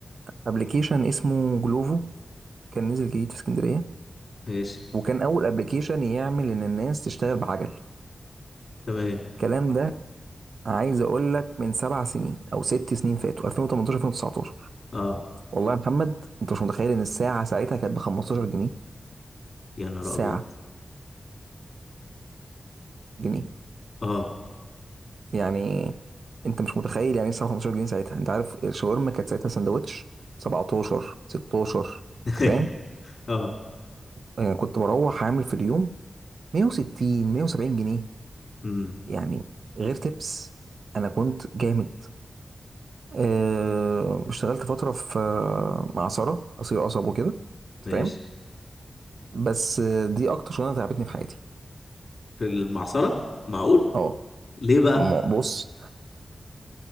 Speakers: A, on the right; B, on the left.
A: ابلكيشن اسمه جلوفو كان نزل جديد في اسكندرية
B: ماشي
A: وكان اول ابلكيشن يعمل ان الناس تشتغل بعجل
B: تمام
A: الكلام ده عايز اقول لك من سبع سنين او ست سنين فاتوا 2018 2019
B: اه
A: والله يا محمد انت مش متخيل ان الساعه ساعتها كانت ب 15 جنيه
B: يا نهار
A: ساعه
B: ابيض
A: جنيه
B: اه
A: يعني انت مش متخيل يعني ايه ساعه 15 جنيه ساعتها انت عارف الشاورما كانت ساعتها سندوتش 17 16
B: <laughs>
A: انت
B: ايوه
A: فاهم
B: اه
A: يعني كنت بروح عامل في اليوم 160 170 جنيه
B: امم
A: يعني غير تبس انا كنت جامد آه، اشتغلت فتره في آه، مع ساره قصير قصب وكده
B: ماشي
A: انت فاهم بس دي اكتر شغلانه تعبتني في حياتي
B: في المعصره معقول
A: اه
B: ليه بقى
A: م- بص